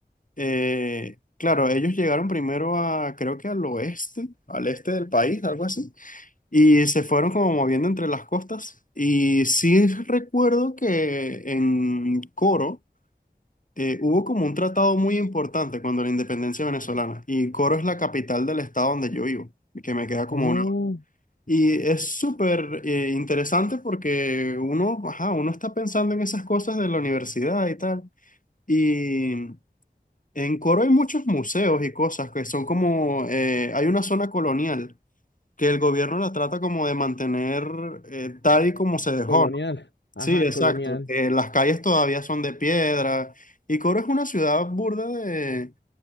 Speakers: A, on the left (about 50°); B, on the left (about 85°).
A: Eh, claro, ellos llegaron primero a, creo que al oeste, al este del país, algo así, y se fueron como moviendo entre las costas. Y sí recuerdo que en Coro eh, hubo como un tratado muy importante cuando la independencia venezolana, y Coro es la capital del estado donde yo vivo, que me queda como
B: Oh,
A: una... Y es súper eh, interesante porque uno, ajá, uno está pensando en esas cosas de la universidad y tal. Y en Coro hay muchos museos y cosas que son como, eh, hay una zona colonial que el gobierno la trata como de mantener eh, tal y como se dejó,
B: colonial.
A: ¿no?
B: Ajá,
A: Sí, exacto,
B: colonial.
A: que las calles todavía son de piedra y Coro es una ciudad burda de,